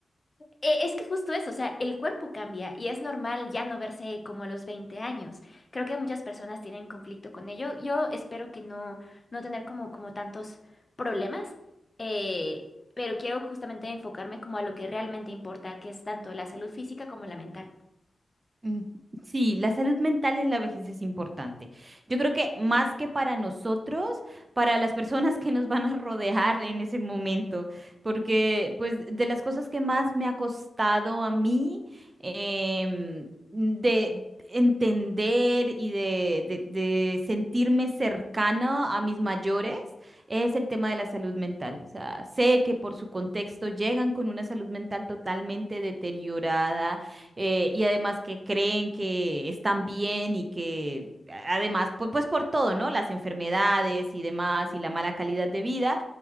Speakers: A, on the left (about 25°); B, on the right (about 35°).
A: Eh, Es que justo eso, o sea, el cuerpo cambia y es normal ya no verse como a los 20 años. Creo que muchas personas tienen conflicto con ello. Yo espero que no, no tener como, como tantos problemas, eh, pero quiero justamente enfocarme como a lo que realmente importa, que es tanto la salud física como la mental.
B: Mm, Sí, la salud mental en la vejez es importante. Yo creo que más que para nosotros, para las personas que nos van a rodear en ese momento, porque pues de las cosas que más me ha costado a mí em, de entender y de, de- de sentirme cercana a mis mayores es el tema de la salud mental. O sea, sé que por su contexto llegan con una salud mental totalmente deteriorada eh, y además que creen que están bien y que a- además, pu- pues, por todo, ¿no? Las enfermedades y demás y la mala calidad de vida.